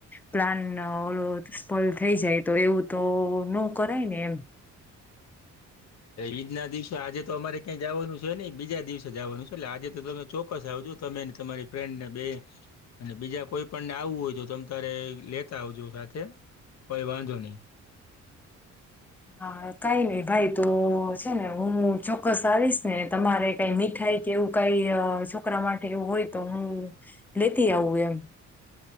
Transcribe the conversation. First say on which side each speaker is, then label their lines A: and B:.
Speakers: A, in the centre; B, on the left.
A: પ્લાન ઓફલ થઈ જાય તો એવું તો નો કરાય ને એમ
B: ઈદના દિવસે આજે તો અમારે ક્યાં જવાનું છે નને બીજા દિવસે જવાનું છે એટલે આજે તો તમે ચોક્કસ આવજું તમે તમારી ફ્રેન્ડ ને બે અને બીજા કોઈ પણ ને આવવું હોય તો તમે તારે લેતા આવજો સાથે કોઈ વાંધો નહી
A: હા કઈ નઈ ભાઈ તો છે ને હું ચોક્કસ આવીશ ને તમારે કઈ મીઠાઈ કે એવું કઈ છોકરા માટે એવું હોય તો હું લેતી આવું એમ